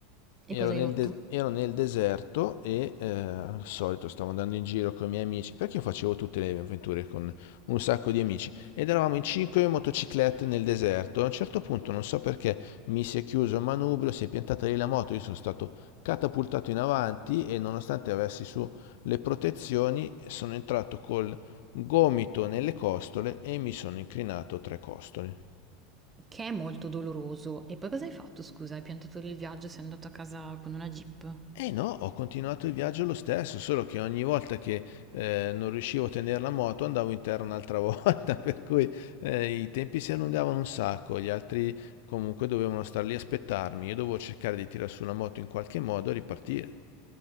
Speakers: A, on the left; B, on the right.
A: Ero
B: E cosa
A: nel,
B: hai rotto?
A: de- ero nel deserto e eh, al solito stavo andando in giro con i miei amici, perché io facevo tutte le avventure con un sacco di amici ed eravamo in cinque motociclette nel deserto. A un certo punto, non so perché, mi si è chiuso il manubrio, si è piantata lì la moto, io sono stato catapultato in avanti e nonostante avessi su le protezioni, sono entrato col gomito nelle costole e mi sono incrinato tre costole.
B: Che è molto doloroso. E poi cosa hai fatto, scusa? Hai piantato lì il viaggio e sei andato a casa con una jeep?
A: E no, ho continuato il viaggio lo stesso, solo che ogni volta che eh, non riuscivo a tenere la moto andavo in terra un'altra volta, <laughs> per cui eh, i tempi si allungavano un sacco, gli altri comunque dovevano star lì a aspettarmi, io dovevo cercare di tirar su la moto in qualche modo e ripartire.